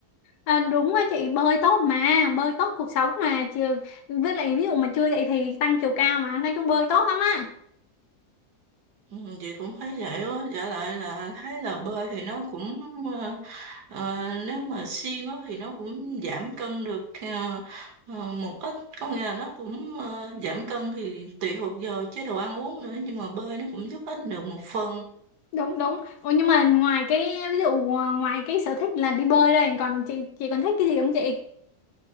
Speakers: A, on the left; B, on the right.
A: à, đúng á chị bơi tốt mà bơi tốt cuộc sống mà chị, với lại ví dụ mà chưa dậy thì tăng chiều cao mà nói chung bơi tốt lắm á
B: ừ, chị cũng thấy vậy á trở lại là thấy là bơi thì nó cũng ờ, ờ, nếu mà siêng á thì nó cũng giảm cân được ờ, ờ, một ít có nghĩa là nó cũng ờ, giảm cân thì tùy thuộc vào chế độ ăn uống nữa nhưng mà bơi nó cũng giúp ích được một phần
A: đúng đúng Ủa, nhưng mà ngoài cái ví dụ ờ, ngoài cái sở thích là đi bơi đây còn chị chị còn thích cái gì không chị